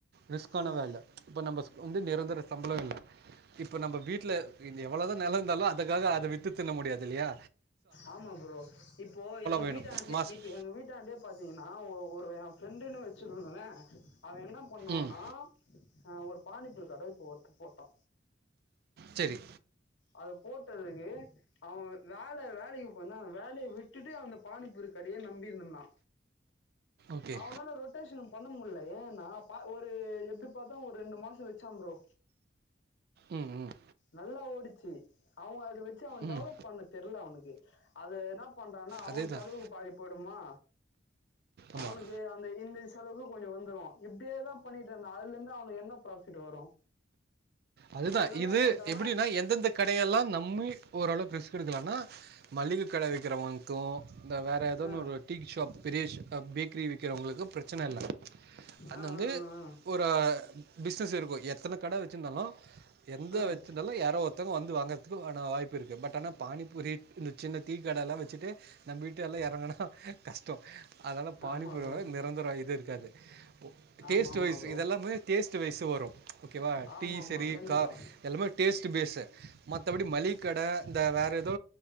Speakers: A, on the right (about 55°); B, on the left (about 85°).
A: ரிஸ்க்கான
B: ம்
A: வேல இப்ப நம்ம வந்து நிரந்தர சம்பளோ இல் ல இப்ப நம்ம வீட்டுல எவ்வளோதா நில சிந்தாலு அதுக்காக அத வித்து தின்ன முடியாது இல்லியா
B: ஆமா ப்ரோ இப்போ எங்க
A: வேணும்
B: வீட்டாந்து
A: மாதம்
B: இப்ப எங்க வீட்டாந்து ப் பாத்தீங்கன்னா ஒரு எ ஃப்ரெண்டுன்னு வச்சுக்கோங்களே அவ என்ன பண்ணுவானா
A: ம்
B: அ ஒரு பாானிப்புரு கட இப்ப ஒர்ட்டிப் போட்டோ
A: செரி
B: அது போட்டதுக்கு அவ வேல வேல் ந்திக்கி போனா வேலய விட்டுட்டு அந்த பானிப்பூரிக்கடைய நம்பிருந் தா
A: ஓகே
B: அவனால ரொட் ரிட்டேஷன் பண்ண முட்ல ஏன்னா ஒரு எப்டி பாத்தா ஒரு ரெண்டு மாசோ வச்சாம்ப்ரோ
A: ம் ம்
B: நல்லா ஓடிச்சு அவ்ங்க அத வச்சு அவ
A: ம்
B: டெவலப் பண்ண தெர்ல அவனுக்கு அது என்ன பண்றான்னா அவ
A: அதே
B: செலவுக்கு
A: தான்
B: பாதி போயிடுமா
A: ஆமாம்
B: அவ்னுக்கு அந்த இந்திஷ் அளவுக்கு கொஞ்சோ வந்துரு இப்டியேதா பண்ணிட்டு இருந்தா அதுல இருந்து அவனுக்கு என்ன ப்ராபிட் வரு
A: அதுதா
B: அதுல என்ன
A: இது
B: பண்ட்டானா
A: எப்டின்னா எந்தெந்த கடையெலா நம்மி ஓரளவு கிறிஸ் எடுக்கலானா மளிக கட வக்கிறவங் ட்டோ இந்த வேற ஏதன்னு
B: ஆ
A: ஒரு டீ ஷாப் பெரியஷ் பேக்கிரி விக்கிறவங்களுக்கு பிரச்சன இல்ல அந்து
B: ஆ ஆ ஆ
A: வந்து ஒரு பிஸ்னஸ் இருக்கு எத்தன கட வச்சிருந்தாலு எந்த
B: ஆ ம்
A: வச்சுந்தாலு யாறோ ஒருத்தங்க வந்து வாங்கறதுக்கு வாய்ப்பு இருக்கு பட் ஆன பானிபரி சின்ன டீ கடலா வச்சுட்டு நம்ம வீட்டுஎல்லா எறங்கனா கஷ்டோ அதெலா பாணிபுரி
B: ஆமா ப்ரோ
A: வேல நிரந்தரோ இது இருக்காது
B: ஆமா
A: டேஸ்ட்
B: ஆமா
A: வைஸ்
B: ப்ரோ
A: இதெல்லாமே டேஸ்ட் வைஸ் வரு ஓகேவா
B: ஆமா
A: டீஸ்
B: ஆமா கண்டிப்பா
A: எல்லாமே டேஸ்ட்டு பேஸு மத்தபடி மலிகக்கட இந்த வேற ஏதோ